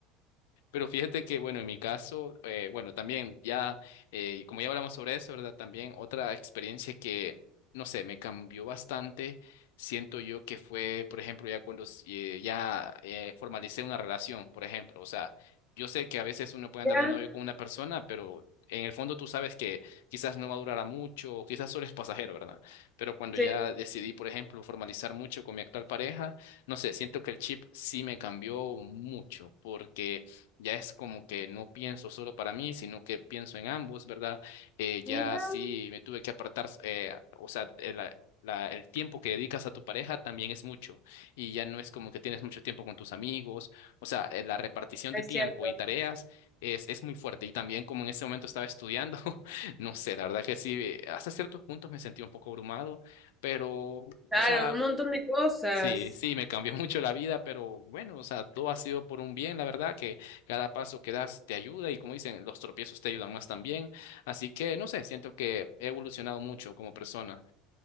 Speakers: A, on the left; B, in the centre.
A: Pero fíjate que, bueno, en mi caso, eh, bueno, también ya, eh, como ya hablamos sobre eso, ¿verdad? También otra experiencia que, no sé, me cambió bastante, siento yo que fue, por ejemplo, ya cuando eh, ya eh, formalicé una relación, por ejemplo, o sea, yo sé que a veces uno puede andar
B: Ya,
A: de novio con una persona, pero en el fondo tú sabes que quizás no va a durar a mucho, o quizás solo es pasajero, ¿verdad? Pero cuando
B: se
A: ya decidí, por ejemplo, formalizar mucho con mi actual pareja, no sé, siento que el chip sí me cambió mucho, porque ya es como que no pienso solo para mí, sino que pienso en ambos, ¿verdad? Eh, ya
B: mira,
A: sí me tuve que apartar, eh, o sea, el, la- la- el tiempo que dedicas a tu pareja también es mucho y ya no es como que tienes mucho tiempo con tus amigos, o sea, eh, la repartición
B: es
A: de tiempo
B: cierto.
A: y tareas es, es muy fuerte y también como en ese momento estaba estudiando, <laughs> no sé, la verdad que sí, eh, hasta ciertos puntos me sentí un poco abrumado, pero,
B: Claro,
A: o sea...
B: un montón de cosas.
A: Sí, sí, me cambió <laughs> mucho la vida, pero bueno, o sea, todo ha sido por un bien, la verdad, que cada paso que das te ayuda y como dicen, los tropiezos te ayudan más también. Así que, no sé, siento que he evolucionado mucho como persona,